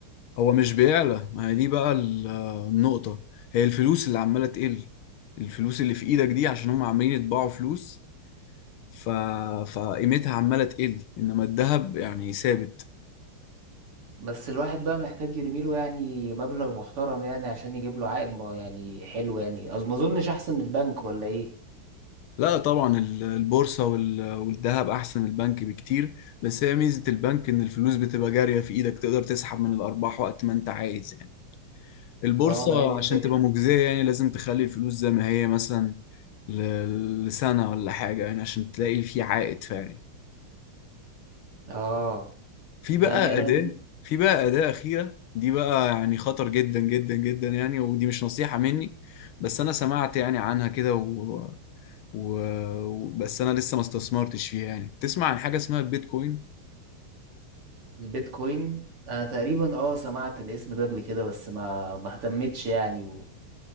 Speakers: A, on the left; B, on the right.
A: هو مش بيعلى ما هي دي بقى ال- النقطة هي الفلوس اللي عمالة تقل الفلوس اللي في ايدك دي عشان هم عمالين يطبعوا فلوس ف... فقيمتها عمالة تقل انما الذهب يعني ثابت
B: بس الواحد بقى محتاج يرميله يعني مبلغ محترم يعني عشان يجيب له عائد ما- يعني حلو يعني أظ- ما اظنش احسن من البنك ولا ايه
A: لا طبعا ال- البورصة وال... والذهب احسن البنك بكتير بس هي ميزة البنك ان الفلوس بتبقى جارية في ايدك تقدر تسحب من الارباح وقت ما انت عايز يعني البورصة
B: اه ما هي دي الفكرة
A: عشان تبقى مجزية يعني لازم تخلي الفلوس زي ما هي مثلا ل... لسنة ولا حاجة يعني عشان تلاقي في عائد فعلي
B: اه
A: في
B: يعني
A: بقى
B: انا
A: أداة في بقى أداة أخيرة دي بقى يعني خطر جدا جدا جدا يعني ودي مش نصيحة مني بس أنا سمعت يعني عنها كده و... و... و- بس أنا لسه ما استثمرتش فيها يعني تسمع عن حاجة اسمها البيتكوين
B: البيتكوين انا تقريبا اه سمعت الاسم ده قبل كده بس ما ما اهتمتش يعني و...